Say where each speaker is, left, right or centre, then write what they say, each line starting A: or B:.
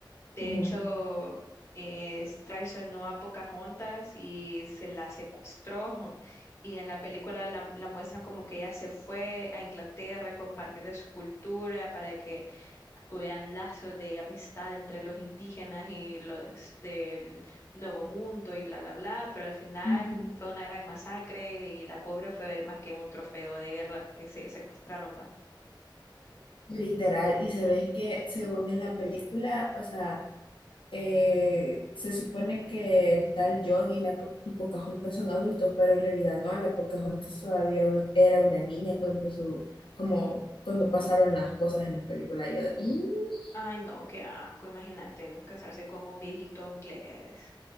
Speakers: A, on the left; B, on the left.
A: De
B: Ujú.
A: hecho, es- traicionó a Pocahontas y se la secuestró. Y en la película la, la muestran como que ella se fue a Inglaterra a compartir de su cultura para que hubieran lazos de amistad entre los indígenas y los del Nuevo Mundo y bla, bla, bla. Pero al final
B: Ujú.
A: fue una gran masacre y la pobre fue más que un trofeo de guerra que se secuestraron, va.
B: Literal, y sabes que según en la película, o sea, eh, se supone que el tal John y la Po- y Pocahontas son adultos, pero en realidad no, la Pocahontas todavía un- era una niña cuando su, como, cuando pasaron las cosas en la película. Y yo de, "Mm,
A: Ay, no, qué asco, imagínate casarse con un viejito inglés.